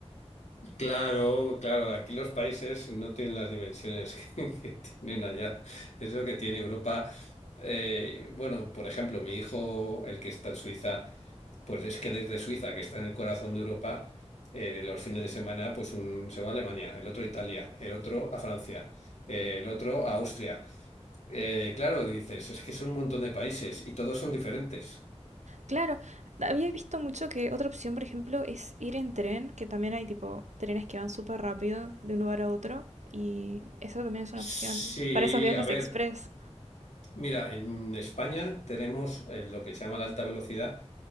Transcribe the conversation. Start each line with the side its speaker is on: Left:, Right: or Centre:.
Left: Claro, claro, aquí los países no tienen las dimensiones <laughs> que tienen allá. Es lo que tiene Europa. Eh, bueno, por ejemplo, mi hijo, el que está en Suiza, pues es que desde Suiza, que está en el corazón de Europa, eh, los fines de semana, pues un- se va a Alemania, el otro a Italia, el otro a Francia, eh, el otro a Austria. Eh, claro, dices, es que son un montón de países y todos son diferentes.
Right: Claro, había visto mucho que otra opción, por ejemplo, es ir en tren, que también hay tipo trenes que van súper rápido de un lugar a otro y eso también es
Left: Sí,
Right: una opción para esos viajes
Left: a ver,
Right: express.
Left: mira, en España tenemos eh, lo que se llama la alta velocidad